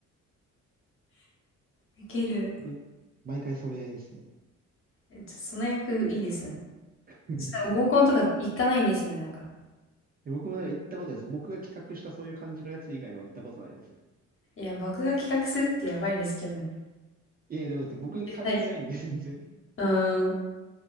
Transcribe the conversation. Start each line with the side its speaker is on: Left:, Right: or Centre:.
Left: いける。
Right: 僕、毎回それですね。
Left: えちょっとその役いいですね。
Right: <laughs>
Left: ちょっと合コンとか行かないんですよね、だから。
Right: で僕もなんか行ったことないです。僕が企画したそういう感じのやつ以外は行ったことないです。
Left: いや、僕が企画するってやばいですけどね。
Right: いやいや、でもだって僕関係ないんで、
Left: 絶対し
Right: 全然。
Left: うーん。